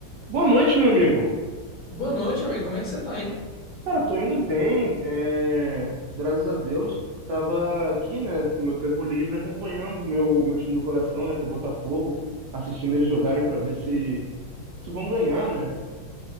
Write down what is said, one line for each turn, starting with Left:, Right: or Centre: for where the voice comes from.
Right: Boa noite, meu amigo.
Left: Boa noite, amigo. Como é que você tá, hein?
Right: Cara, tô indo bem, é, graças a Deus. Tava aqui, né, no meu tempo livre, acompanhando o meu, meu time do coração, né, que é o Botafogo, assistindo eles jogarem para ver se, se vão ganhar, né?